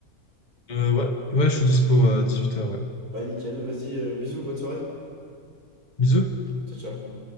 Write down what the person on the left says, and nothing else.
Euh, ouais, ouais, je
suis dispo à 18h, ouais.
Bisous.